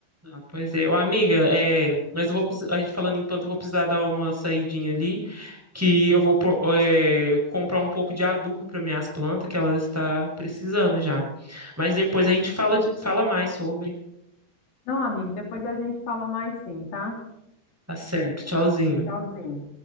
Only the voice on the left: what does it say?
Não, amigo, depois a gente fala mais sim, tá?
Tchauzinho.